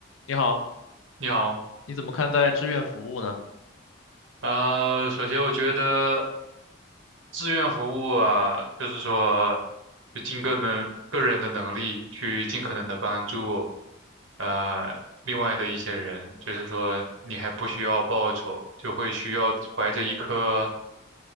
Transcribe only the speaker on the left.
你好，
你怎么看待志愿服务呢？